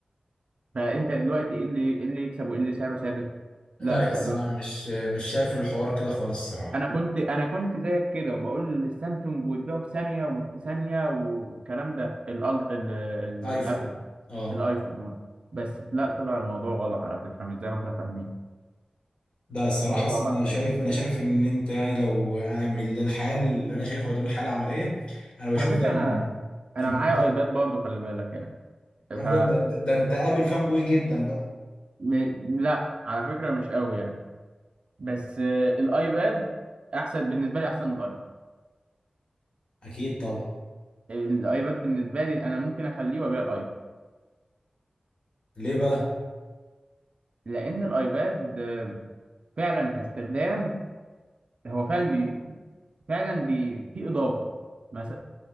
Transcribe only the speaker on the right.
فانت دلوقتي ايه اللي إيه اللي يكسب وايه اللي سعره ثابت لا
الس-
انا كنت انا كنت زيك كده وبقول السامسونج وتبيعه في ثانيه ومش في ثانيه و- والكلام ده الأل- ال- ال-
الابل
الايفون اه بس لا طلع الموضوع غلط على فكره مش زي ما احنا فاهمين
الموضوع
بقى بعد
ثاني
على فكره
انا انا
معايا
ايباد برضو خلي بالك يعني ف
م... لا على فكره مش قوي يعني بس آه، الايباد احسن بالنسبه لي احسن من الايفون
الايباد بالنسبه لي انا ممكن اخليه وابيع الايفون
لان الايباد آه، فعلا كاستخدام هو فعلا فعلا بي... في اضافه مثلا